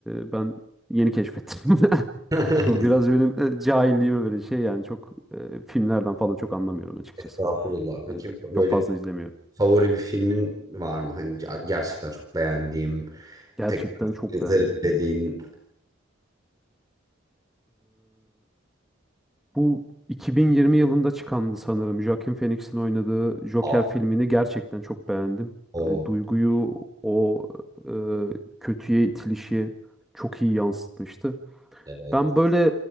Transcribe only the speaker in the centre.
e, ben yeni keşfettim. <laughs>
O biraz benim e, cahilliğime böyle şey yani çok e, filmlerden falan çok anlamıyorum açıkçası.
Yani
çok fazla izlemiyorum.
Gerçekten
çok
beğendiğim.
Bu 2020 yılında çıkandı sanırım. Joaquin Phoenix'in oynadığı Joker
filmini gerçekten çok beğendim.
Hani duyguyu o e, kötüye itilişi çok iyi yansıtmıştı.
Ben böyle